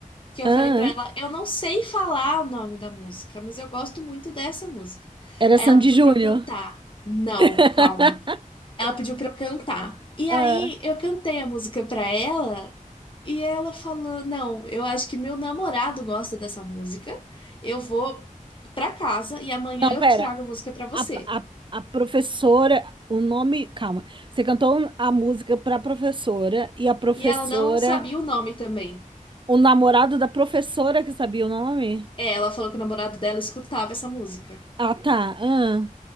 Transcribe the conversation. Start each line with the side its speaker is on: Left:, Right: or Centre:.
Left: que eu
Right: ah.
Left: falei pra ela, eu não sei falar o nome da música, mas eu gosto muito dessa música.
Right: Era
Left: Aí
Right: Sandy
Left: ela pediu
Right: Júnior.
Left: pra eu cantar. Não,
Right: <laughs>
Left: calma. Ela pediu pra eu cantar. E
Right: Ah,
Left: aí eu cantei a música pra ela e ela falou: "Não, eu acho que meu namorado gosta dessa música. Eu vou pra casa e amanhã
Right: não,
Left: eu
Right: pera.
Left: trago a música pra você".
Right: A, a, a professora, o nome. Calma. Você cantou a música pra professora e a professora.
Left: E ela não sabia o nome também.
Right: O namorado da professora que sabia o nome?
Left: É, ela falou que o namorado dela escutava essa música.
Right: Ah, tá. Ah,